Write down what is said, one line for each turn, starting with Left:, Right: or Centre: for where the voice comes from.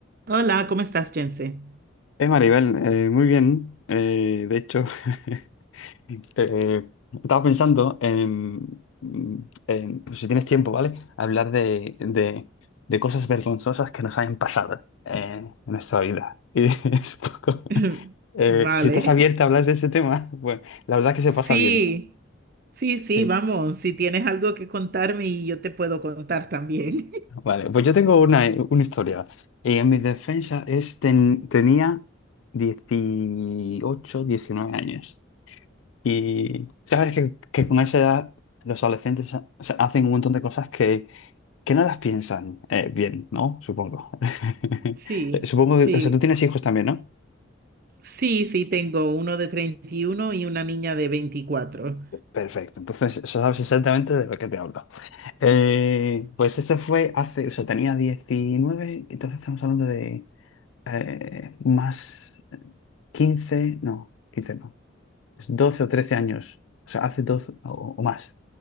Right: Hola, ¿cómo estás, Jense?
Left: Es Maribel, eh, muy bien. eh, de hecho, <laughs> eh, estaba pensando en, en, pues, si tienes tiempo, ¿vale? Hablar de, de- de cosas vergonzosas que nos hayan pasado eh, en nuestra vida. <laughs> Y es un poco,
Right: <laughs>
Left: eh,
Right: Vale.
Left: si estás abierta a hablar de ese tema, <laughs> pues la verdad es que
Right: Sí,
Left: se pasa bien.
Right: sí, sí,
Left: Sí.
Right: vamos. Si tienes algo que contarme y yo te puedo contar también. <laughs>
Left: Vale, pues yo tengo una, una historia. Y en mi defensa es ten- tenía 18 19 años. Y sabes que, que con esa edad los adolescentes ha- o sea, hacen un montón de cosas que, que no las piensan eh, bien, ¿no? Supongo. <laughs>
Right: Sí,
Left: Eh, Supongo
Right: sí,
Left: que, o sea, tú tienes hijos también, ¿no?
Right: sí, sí, tengo uno de treinta y uno y una niña de 24.
Left: Perfecto, entonces o sea, sabes exactamente de lo que te hablo. Eh, pues este fue hace, o sea, tenía diecinueve entonces estamos hablando de eh, más 15 no, 15 no. es 12 o 13 años, o sea, hace 12 o, o más,